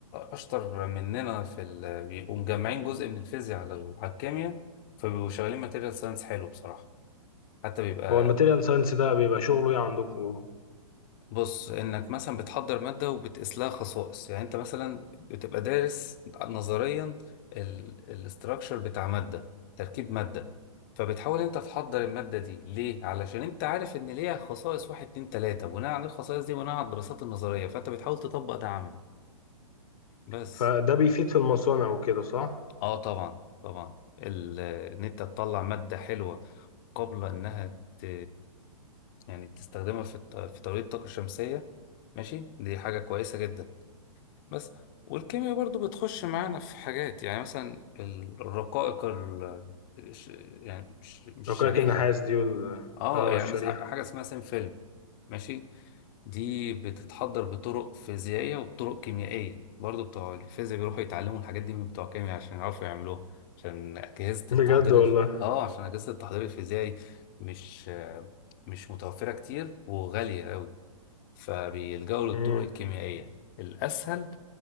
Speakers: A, on the left; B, on the left.
A: أشطر مننا في ال... بيبقوا مجمعين جزء من الفيزياء على ال- على الكيمياء فبيبقوا شغالين ماتيريال ساينس حلو بصراحة حتى بيبقى
B: هو الماتيريال ساينس ده بيبقى شغله ايه عندكم
A: بص انك مثلا بتحضر ماده وبتقيس لها خصائص يعني انت مثلا بتبقى دارس نظريا الاستراكشر بتاع ماده تركيب ماده فبتحاول انت تحضر الماده دي ليه علشان انت عارف ان ليها خصائص واحد اتنين تلاته بناء على الخصائص دي بناء على الدراسات النظريه فانت بتحاول تطبق ده عملي بس
B: فده بيفيد في المصانع وكده صح؟
A: اه طبعا طبعا ال- ان انت تطلع ماده حلوه قبل انها ت... يعني تستخدمها في الت- في توليد الطاقه الشمسيه ماشي دي حاجه كويسه جدا بس والكيمياء برضو بتخش معانا في حاجات يعني مثلا الرقائق ال... الش- يعني مش مش
B: رقائق
A: شريحة
B: النحاس دي وال
A: اه
B: اه
A: يعني
B: الشريحة
A: مثلا حاجة اسمها سينفيلم ماشي دي بتتحضر بطرق فيزيائية وبطرق كيميائية برضو بتوع الفيزياء بيروحوا يتعلموا الحاجات دي من بتوع الكيمياء عشان يعرفوا يعملوها عشان أجهزة
B: بجد
A: التحضير
B: والله
A: الف... اه عشان أجهزة التحضير الفيزيائي مش مش متوفرة كتير وغالية أوي فبيلجأوا للطرق
B: امم
A: الكيميائية الأسهل